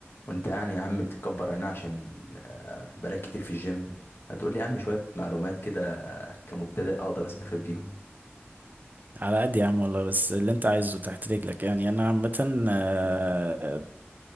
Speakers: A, on the left; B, on the right.
A: وانت يعني يا عم بتتكبر هنا عشان آه، بقالك كتير في الجيم هتقول لي يا عم شوية معلومات كده كمبتدئ اقدر استفاد بيهم
B: على قد يا عم والله بس اللي انت عايزه تحت رجلك يعني انا عامة آه،